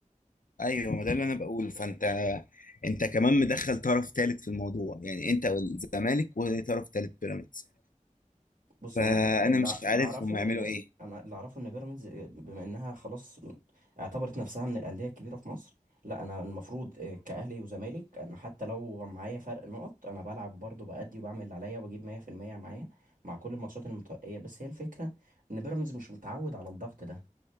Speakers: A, on the left; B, on the right.
A: ايوه ما ده اللي انا بقوله فانت انت كمان مدخل طرف ثالث في الموضوع يعني انت والزمالك وطرف ثالث بيراميدز
B: بص
A: فانا
B: انا أنا اللي
A: مش عارف
B: اللي اعرفه
A: هم يعملوا
B: ان
A: ايه
B: إن- انا اللي اعرفه ان بيراميدز آه، بما انها خلاص اعتبرت نفسها من الانديه الكبيره في مصر لا انا المفروض آه، كاهلي وزمالك انا حتى لو معايا فرق نقط انا بلعب برضه بأدي وبعمل اللي عليا وبجيب 100% معايا مع كل الماتشات المتبقيه بس هي الفكره ان بيراميدز مش متعود على الضغط ده